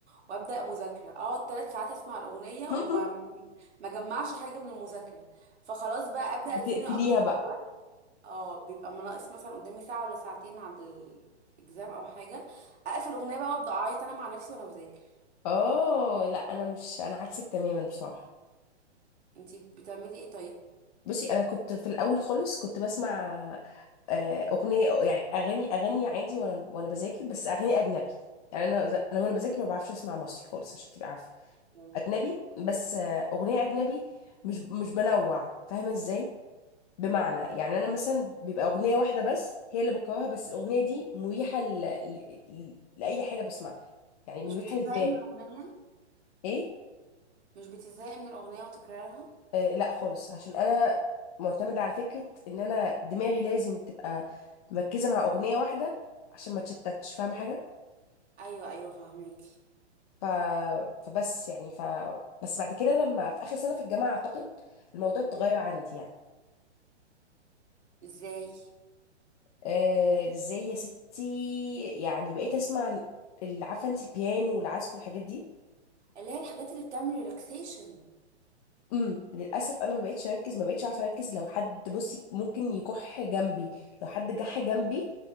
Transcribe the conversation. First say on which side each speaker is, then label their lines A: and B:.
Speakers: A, on the right; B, on the left.
A: وابدا مذاكره اقعد ثلاث ساعات اسمع الاغنيه
B: <laughs>
A: وما ما ما اجمعش حاجه من المذاكره فخلاص بقى ابدا
B: بتقفليها
A: اتزنق اكتر
B: بقى
A: اه بيبقى ناقص مثلا قدامي ساعة ولا ساعتين على الاكزام او حاجة اقفل اغنية بقى وابدا اعيط انا مع نفسي وانا بذاكر
B: اه لا انا مش انا عكسك تماما بصراحه
A: انتي بتعملي ايه طيب
B: بصي انا كنت في الاول خالص كنت بسمع آه، اغنيه يعني اغاني اغاني عادي وانا وانا بذاكر بس اغاني اجنبي يعني انا ز- انا وانا بذاكر ما بعرفش اسمع مصري خالص عشان تبقى عارفه
A: يعني
B: اجنبي بس آه، اغنيه اجنبي مش مش بنوع فاهمه ازاي بمعنى يعني انا مثلا بيبقى اغنيه واحده بس هي اللي بكرهها بس الاغنيه دي مريحه ل... ل... ل- لاي حاجه بسمعها يعني مريحه
A: مش بتزهقي
B: لدماغي
A: من الاغنية
B: ايه
A: مش بتزهقي من الاغنية وتكرارها
B: آه لا خالص عشان انا معتمده على فكره ان انا دماغي لازم تبقى مركزه مع اغنيه واحده عشان ما تشتتش فاهم حاجه
A: ايوه ايوه فاهماكي
B: ف... فبس يعني ف بس بعد كده لما في اخر سنه في الجامعه اعتقد الموضوع اتغير
A: مم.
B: عندي يعني
A: ازاي
B: آه ازاي يا ستي يعني بقيت اسمع ال- عارفه انت البيانو والعزف والحاجات دي
A: اللي هي الحاجات اللي بتعمل ريلاكسيشن
B: امم للاسف انا ما بقتش اركز ما بقتش عارفه اركز لو حد بصي ممكن يكح جنبي لو حد جح جنبي